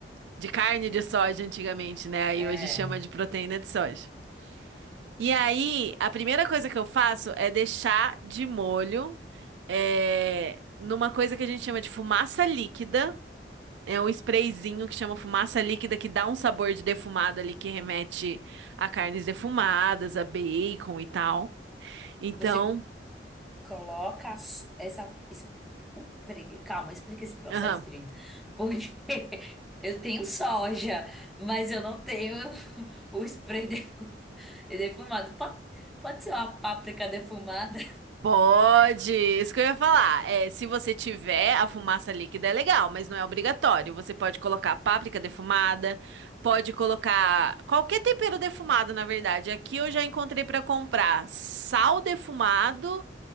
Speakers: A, on the right; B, in the centre.
A: de carne de soja antigamente, né?
B: É.
A: E hoje chama de proteína de soja. E aí, a primeira coisa que eu faço é deixar de molho é, numa coisa que a gente chama de fumaça líquida. É um sprayzinho que chama fumaça líquida que dá um sabor de defumado ali que remete a carnes defumadas, a bacon e tal. Então.
B: Você Coloca as- essa. es- o pregue- Calma, explica esse processo
A: aham.
B: direito. Porque <laughs> eu tenho soja, mas eu não tenho <laughs> o spray defu- <laughs> defumado. Pode, pode ser uma páprica defumada?
A: Pode, isso que eu ia falar. É, se você tiver a fumaça líquida, é legal, mas não é obrigatório. Você pode colocar páprica defumada, pode colocar
B: Hum.
A: qualquer tempero defumado, na verdade. Aqui eu já encontrei para comprar sal defumado